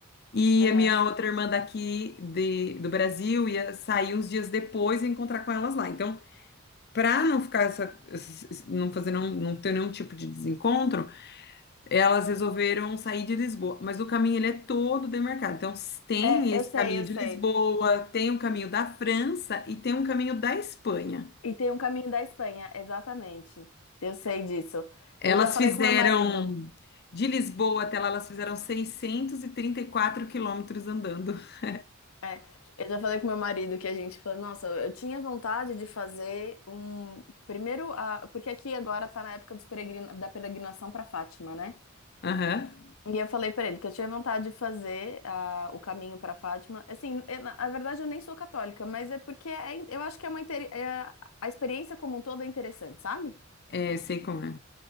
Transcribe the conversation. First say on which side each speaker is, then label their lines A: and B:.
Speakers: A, on the left; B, on the left.
A: E
B: aham.
A: a minha outra irmã daqui de- do Brasil ia sair uns dias depois e encontrar com elas lá. Então, para não ficar essa, não fazer não, não ter nenhum tipo de desencontro, elas resolveram sair de Lisboa, mas o caminho ele é todo demarcado. Então, s- tem
B: É,
A: esse
B: eu sei,
A: caminho
B: eu
A: de
B: sei.
A: Lisboa, tem o caminho da França e tem um caminho da Espanha.
B: E tem um caminho da Espanha, exatamente. Eu sei disso.
A: Elas
B: Eu já falei
A: fizeram
B: com meu marido.
A: de Lisboa até lá, elas fizeram 634 quilômetros andando. <laughs>
B: É, eu já falei com meu marido que a gente falou, nossa, eu tinha vontade de fazer um. Primeiro, a... porque aqui agora tá na época dos peregrina... da peregrinação pra Fátima, né?
A: Aham.
B: E eu falei pra ele que eu tinha vontade de fazer a... o caminho pra Fátima. Assim, eu, na na verdade eu nem sou católica, mas é porque é in- eu acho que é uma. inter- é- A experiência como um todo é interessante, sabe?
A: É, sei como é.